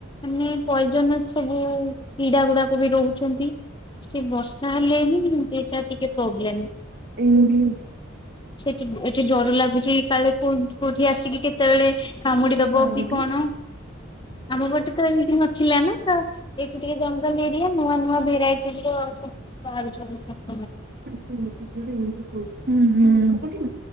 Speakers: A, on the left; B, on the right.
A: ମାନେ ପଏଜନ ସବୁ ପିଡା ଗୁଡାକ ବି ରହୁଚନ୍ତି ସେ ବର୍ଷା ହେଲେ ହିଁ ହଁ ସେଇଟା ଟିକେ ପ୍ରୋବ୍ଲେମ୍।
B: ଇଂଲିଶ
A: ସେଠି ଏଠି ଡର ଲାଗୁଚି କାଳେ କୋଉ କୋଉଠି ଆସିକି କେତେବେଳେ କାମୁଡି ଦବ
B: ତାର
A: କି
B: ଗୋଟିବ
A: କଣ ଆମ ପଟେ ତ ଏମିତି ନଥିଲା ନା ତ ଏଠି ଟିକେ ଜଙ୍ଗଲ ଏରିଆ ନୂଆ ନୂଆ ଜୀବ ଭେରାଇଟି ବାହାରୁଚନ୍ତି ସବୁ
B: <unintelligible> ହୁଁ ହୁଁ।